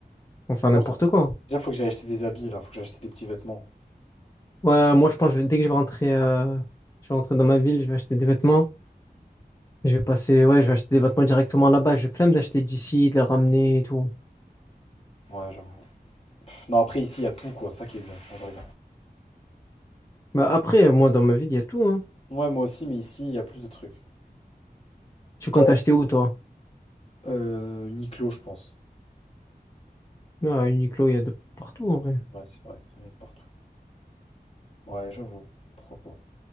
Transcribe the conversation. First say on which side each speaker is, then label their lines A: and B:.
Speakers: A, on the left; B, on the left.
A: on faire n'importe
B: Moi, je-
A: quoi.
B: Déjà, faut que j'aille acheter des habits, là. Faut que j'aille acheter des petits vêtements.
A: Ouais, moi je pense que dès que je vais rentrer, euh, je vais rentrer dans ma ville, je vais acheter des vêtements. Je vais passer, ouais, je vais acheter des vêtements directement là-bas. J'ai flemme d'acheter d'ici, de les ramener et tout.
B: Ouais, j'avoue. Pff, Non, après, ici, il y a tout, quoi. Ça qui est bien, en vrai.
A: Bah après, moi dans ma ville, il y a tout, hein.
B: Ouais, moi aussi, mais ici, il y a plus de trucs.
A: Tu comptes
B: Ok.
A: acheter où toi?
B: Euh, Uniqlo, je pense.
A: Ah, Uniqlo, il y a de partout en vrai.
B: Ouais, c'est vrai. Il y a de partout. Ouais, j'avoue. Pourquoi pas.